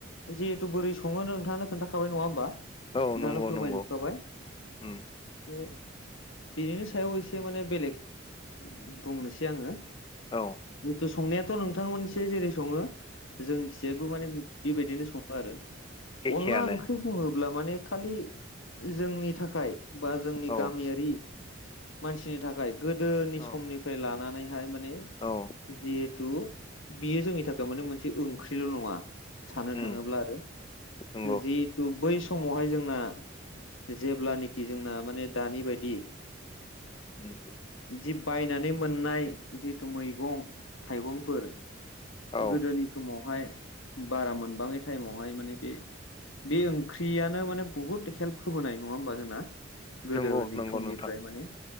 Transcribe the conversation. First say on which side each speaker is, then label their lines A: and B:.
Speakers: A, on the left; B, on the left.
A: जिहेथु बोरै सङो नोंथाङानो खोन्थाखाबाय नङा होमबा नोंथाङानो
B: औ नंगौ
A: फोरमाय
B: नंगौ
A: जोबखाबाय
B: उम
A: बे बिनिनि सायाव एसे माने बेलेग बुंनोसै आङो <unintelligible>
B: औ
A: संनायाथ नोंथांमोनथिंजाय जेरै सङो जोंनिथिंजायबो माने बेबायदिनो सङो आरो
B: एखेयानो
A: अनला ओंख्रि बुङो अब्ला माने खालि जोंनि थाखाय बा जोंनि
B: औ
A: गामियारि मानसिनि थाखाय गोदोनि
B: औ
A: समनिफ्राय लानानैहाय माने
B: औ
A: जि थु बेयो जोंनि थाखाय माने मोनसे ओंख्रिल नङा सानो
B: उम
A: थाङोब्ला आरो
B: नंगौ
A: जिहेथु बै सम मावहाय जोंना जेब्लानोखि जोंना माने दानि बायदि
B: उम
A: जि बायनानै मोननाय जिथु मैगं थाइगंफोर
B: औ
A: गोदोनि समावहाय बारा मोनबाङै टाइमावहाय माने बे बे ओंख्रियानो माने बहुत हेल्प होबोनाय नङा होमबा जोंना गोदोनि
B: नंगौ नंगौ
A: समनिफ्राय
B: नोंथां
A: माने